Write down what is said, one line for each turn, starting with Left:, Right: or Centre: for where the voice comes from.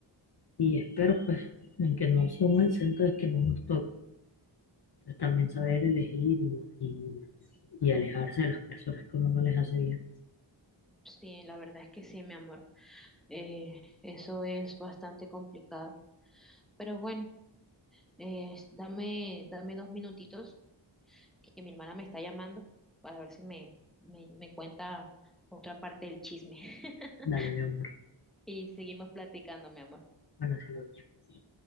Left: Y espero, pues, en que no somos el centro de que no nos toque, pues también saber elegir y, y- y alejarse de las personas que uno no les hace bien.
Centre: Sí, la verdad es que sí, mi amor. Eh, eso es bastante complicado. Pero bueno. Eh, dame, dame dos minutitos que mi hermana me está llamando para ver si me, me, me cuenta otra parte del chisme <laughs>
Left: Dale, mi amor.
Centre: y seguimos platicando, mi amor.
Left: Buenas noches.